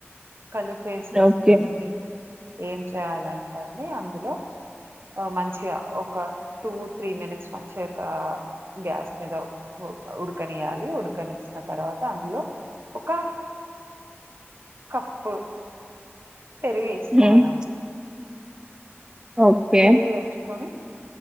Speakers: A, on the right (about 55°); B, on the right (about 15°).
A: కలుపేసేసుకొని
B: ఓకే
A: ఏం చేయాలంటే అండి అందులో ఆ మం మంచిగ ఒక టూ త్రీ మినిట్స్ మంచిగ కా గ్యాస్ మీద ఉడకనియ్యలి ఉడకనిచ్చిన తర్వాత అందులో ఒక కప్పు పెరుగు వేసుకోవాలండి
B: ఉమ్, ఓకే
A: పెరుగు వేస్కోని